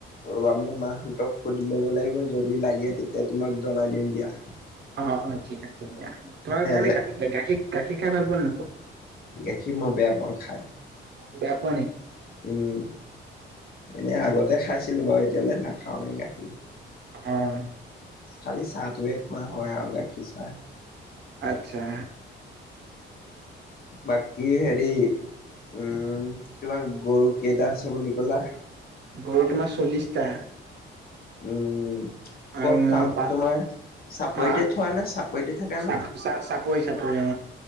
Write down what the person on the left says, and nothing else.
<unintelligible> মাহঁতক সুধি ল'ব লাগিব যদি লাগে তে <unintelligible> তে' তোমাক জনাই দিম দিয়াহ।
যে
গাখীৰ মই বেয়া পাওঁ খায়।
উম, এনে আগতে খাইছিলোঁ বাৰু এতিয়ালৈ নাখাওৱে গাখীৰ।
খালি চাহটোৱে খোৱা হয়, আৰু গাখীৰ চাহ।
বাকী হেৰি উম, তোমাৰ গৰু কেইটা আছে বুলি ক'লা?
উম,
ক'ত
ফাৰ্ম
তোমাৰ? চাপৰিতে
থোৱানে, চাপৰিতে থাকানে?